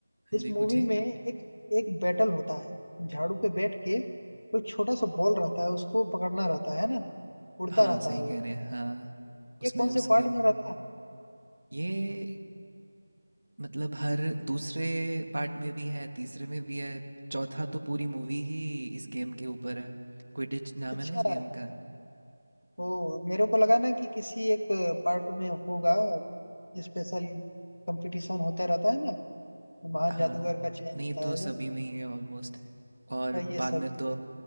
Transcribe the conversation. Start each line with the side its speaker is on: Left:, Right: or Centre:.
Right: हाँ
Left: इस
Right: जी
Left: मूवी
Right: पूछिए
Left: में एक एक बैटल होता है झाड़ू पे बैठ के कोई छोटा सा बॉल रहता है उसको पकड़ना रहता है ना उड़ता
Right: हाँ
Left: रहता
Right: सही
Left: है
Right: कह
Left: वो
Right: रहे हैं हाँ उसमें
Left: ये कौन
Right: उस
Left: से पार्ट
Right: गेम
Left: में रहता है
Right: ये मतलब हर दूसरे पार्ट में भी है तीसरे में भी है चौथा तो पूरी मूवी ही इस गेम के ऊपर है क्विडिच नाम
Left: अच्छा
Right: है ना इस गेम का
Left: ओ मेरे को लगा ना कि किसी एक पार्ट में होगा स्पेशल कंपटीशन होता रहता है ना महान
Right: हाँ
Left: जादूगर का चयन
Right: नहीं
Left: होता
Right: तो
Left: है
Right: सभी
Left: जब
Right: में ही है ऑलमोस्ट और
Left: तो ये
Right: बाद
Left: सभी
Right: में तो